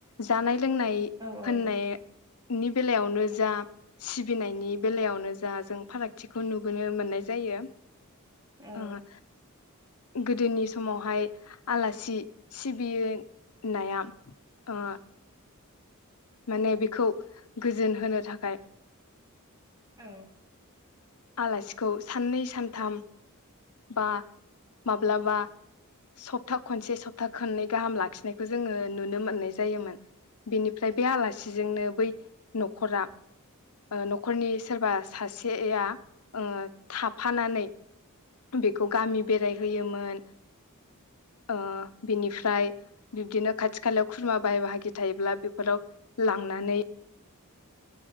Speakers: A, on the left (about 85°); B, on the right (about 15°).
A: जानाय लोंनाय
B: औ
A: होननाय
B: नंगौ
A: नि बेलायावनो जा सिबिनायनि बेलायावनो जा जों फारागथिखौ नुबोनो मोननाय जायो।
B: औ
A: ओह गोदोनि समावहाय आलासि सिबिनाया ओ माने बेखौ गोजोन होनो थाखाय
B: औ।
A: आलासिखौ साननै सानथाम बा माब्लाबा सप्ता खनसे सप्ता खननै गाहाम लाखिनायखौ जोङो नुनो मोननाय जायोमोन। बेनिफ्राय बे आलासिजोंनो बै न'खरा ओ न'खरनि सोरबा सासेया ओ थाफानानै बेखौ गामि बेरायहोयोमोन ओ बिनिफ्राय बिब्दिनो खाथि खालायाव खुरमा बाहाय बाहागि थायोब्ला बेफोराव लांनानै